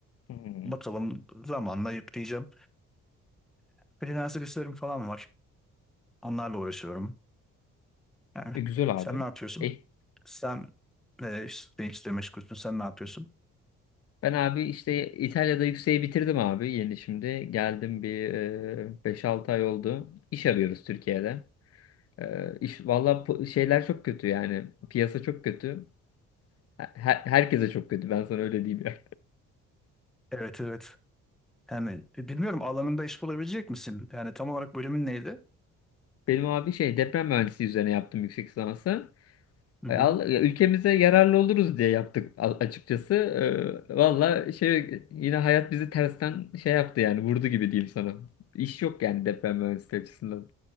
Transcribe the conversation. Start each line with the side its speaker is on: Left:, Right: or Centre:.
Left: Hmm.
Centre: bakalım zamanla yükleyeceğim. Freelancer işlerim falan var. Onlarla uğraşıyorum. Yani
Left: E, güzel abi.
Centre: sen ne yapıyorsun?
Left: E,
Centre: Sen e, işte işte meşgulsün. Sen ne yapıyorsun?
Left: Ben abi işte İtalya'da yükseği bitirdim abi yeni şimdi. Geldim bir e, 5-6 ay oldu. İş arıyoruz Türkiye'de. E, iş, valla po- şeyler çok kötü yani. Piyasa çok kötü. Her- herkese çok kötü ben sana öyle diyeyim ya.
Centre: Evet evet. Yani bilmiyorum alanında iş bulabilecek misin? Yani tam olarak bölümün neydi?
Left: <laughs> Benim abi şey deprem mühendisliği üzerine yaptım yüksek lisansı.
Centre: Hı
Left: E, al- ya ülkemize yararlı oluruz diye yaptık a- açıkçası. E, valla şey yine hayat bizi tersten şey yaptı yani vurdu gibi diyeyim sana. İş yok yani deprem mühendisliği açısından.